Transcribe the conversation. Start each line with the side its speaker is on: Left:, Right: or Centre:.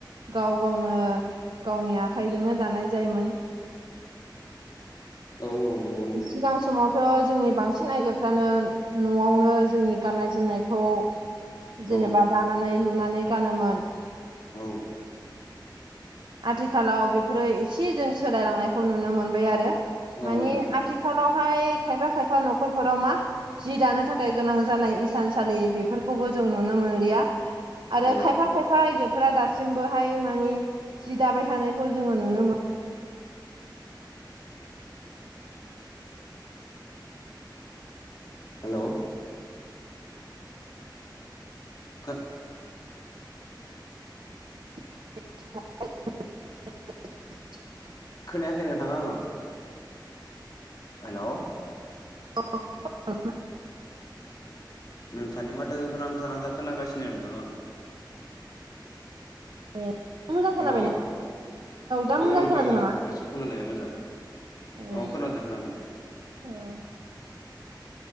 Right: गाव गावनो गावनि आखाइजोंनो दानाय जायोमोन
Left: औ औ नंगौ नंगौ
Right: सिगां समाव थ' जोंनि बांसिन आइजोफ्रानो न'आवनो जोंनि गान्नाय जोमनायखौ जेनेबा
Left: औ
Right: दानानै लुनानै गानोमोन
Left: औ
Right: आथिखालाव बेफोरो एसे जों सोलायलांनायखौ नुनो मोनबाय आरो
Left: औ
Right: माने
Left: नोंथां
Right: आथि खालावहाय खायफा-खायफा न'खरफोराव मा जि दानो थाखाय गोनां जानाय इसानसालि बेफोरखौबो जों नुनो मोनलिया आरो
Left: औ
Right: खायफा-खायफा
Left: औ
Right: आयजोफोरा दासिमबोहाय माने जि दाबाय थानायखौ जोङो नुनो मोनो
Left: हेलौ' खो
Right: <unintelligible>
Left: खोनायाखै नोंथां आङो हेलौ'
Right: <unintelligible>
Left: नोंथांनि माथोखो नांथा-नांथा खोनागासिनो नोंथां आं
Right: ए मोजां खोनाबायना
Left: हेलौ
Right: दा
Left: औ
Right: मोजां
Left: नोंथां
Right: खोनादों
Left: औ
Right: नामा
Left: दासो खोनालायबाय मोजां
Right: ए
Left: औ खोनादो- खोनादो
Right: औ